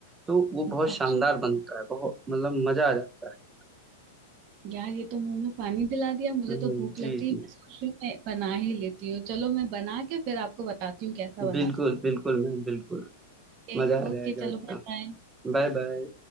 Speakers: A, on the right; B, on the right.
A: तो वो बहुत
B: अच्छा
A: शानदार बनता है बहुत मतलब मजा आ जाता है
B: यार ये तो मुंह में पानी दिला दिया मुझे
A: हम्म,
B: तो भूख
A: जी
B: लग गई
A: जी
B: मैं सोच रही हूँ मैं बना ही लेती हूँ चलो मैं बना के फिर आपको बताती हूँ कैसा
A: बिल्कुल
B: बना था
A: बिल्कुल मैम बिल्कुल
B: ओके
A: मजा आ
B: ओके
A: जाएगा
B: चलो
A: एकदम
B: बाय बाय
A: Bye bye